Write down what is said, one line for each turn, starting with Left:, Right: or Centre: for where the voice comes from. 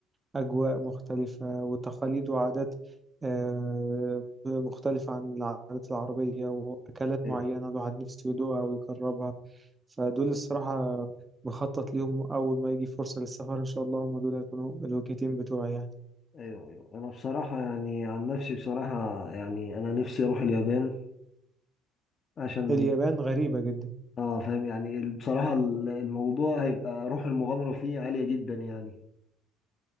Right: وأجواء مختلفة وتقاليد وعادات آه، مختلفة عن العادات العربية وأكلات
Left: ايوه
Right: معينة الواحد نفسه يدوقها ويجربها فدول الصراحة بخطط ليهم أول ما يجي فرصة للسفر إن شاء الله هم دول هيكونوا الوجهتين بتوعي يعني
Left: ايوه ايوه انا بصراحه يعني عن نفسي بصراحه يعني انا نفسي اروح اليابان عشان
Right: اليابان غريبة جدا
Left: اه فاهم يعني ال- بصراحه ال- الموضوع هيبقى روح المغامره فيه عاليه جدا يعني